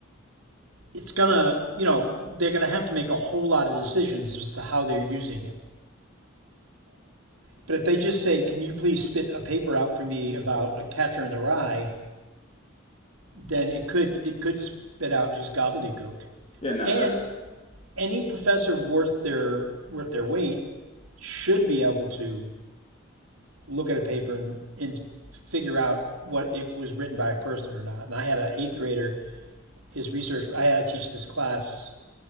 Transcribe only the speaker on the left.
Yeah, no,
that's